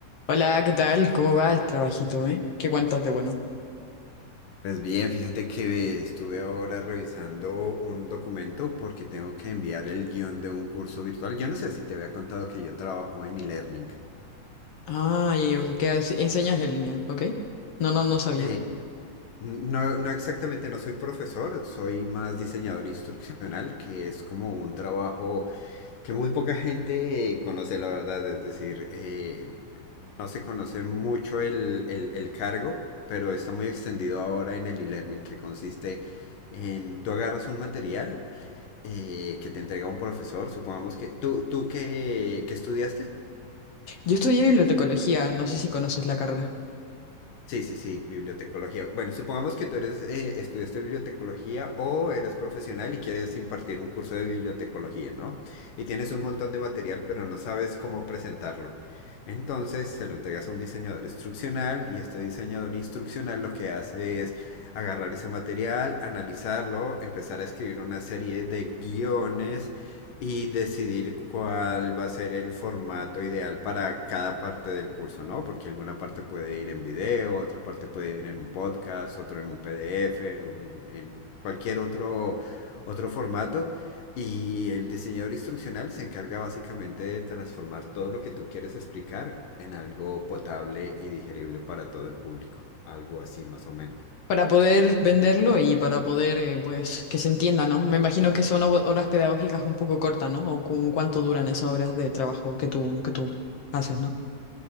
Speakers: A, on the left; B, on the left.
A: Hola, ¿qué tal? ¿Cómo va el trabajito, eh? ¿Qué cuentas de bueno?
B: Pues bien, fíjate que estuve ahora revisando un documento porque tengo que enviar el guión de un curso virtual. Yo no sé si te había contado que yo trabajo en e-learning.
A: Ah, y ¿qué haces? enseñas en línea, ¿ok? No, no, no sabía.
B: Eh, no, no exactamente, no soy profesor, soy más diseñador instruccional, que es como un trabajo que muy poca gente eh, conoce, la verdad. Es decir, eh, no se conoce mucho el, el- el cargo, pero está muy extendido ahora en el e-learning, que consiste en tú agarras un material eh, que te entrega un profesor, supongamos que... ¿Tú, tú qué, qué estudiaste?
A: Yo estudié bibliotecología, no sé si conoces la carrera.
B: Sí, sí, sí, bibliotecología. Bueno, supongamos que tú eres, eh, estudiaste bibliotecología o eres profesional y quieres impartir un curso de bibliotecología, ¿no? Y tienes un montón de material, pero no sabes cómo presentarlo. Entonces se lo entregas a un diseñador instruccional y este diseñador instruccional lo que hace es agarrar ese material, analizarlo, empezar a escribir una serie de guiones y decidir cuál va a ser el formato ideal para cada parte del curso, ¿no? Porque alguna parte puede ir en video, otra parte puede ir en un podcast, otro en un PDF, un- en cualquier otro, otro formato. Y el diseñador instruccional se encarga básicamente de transformar todo lo que tú quieres explicar en algo potable y digerible para todo el público. Algo así más o menos.
A: Para poder venderlo y para poder, eh, pues, que se entienda, ¿no? Me imagino que son ho- horas pedagógicas un poco cortas, ¿no? O como cuánto duran esas horas de trabajo que tú, que tú haces, ¿no?